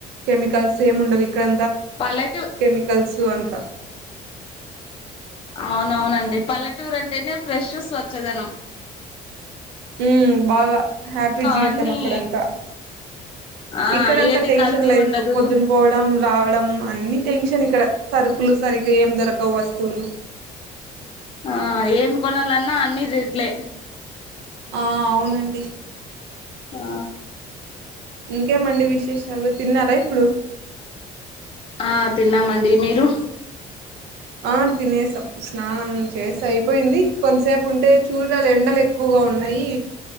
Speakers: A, on the right (about 85°); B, on the left (about 35°).
A: కెమికల్స్ ఏమి ఉండవు ఇక
B: పల్లెటూ
A: కెమికల్స్ అంత
B: అవునవునండి పల్లెటూరు అంటేనే ఫ్రెష్ స్వచ్ఛధనం
A: మ్మ్ బాగా హ్యాపీ జీవితం
B: అన్ని
A: అక్కడంతా
B: ఆ
A: ఇక్కడంత
B: ఏది
A: టెన్షన్
B: కల్తీ
A: లైఫ్
B: ఉండదు
A: పొద్దున పోవడం రావడం అన్ని టెన్షన్ ఇక్కడ సరుకులు సరిగ్గా ఏం దొరకవు వస్తువులు.
B: ఆ ఏమి కొనాలన్నా అన్ని రేట్లే.
A: ఆ అవునండి.
B: ఆ
A: ఇంకేమండి విశేషాలు తిన్నారా ఇప్పుడు?
B: ఆ తిన్నామండి మీరు
A: ఆ తినేసాం స్నానం చేస అయిపోయింది, కొంసేపుంటే చూడల ఎండలె ఎక్కువగా ఉన్నయి.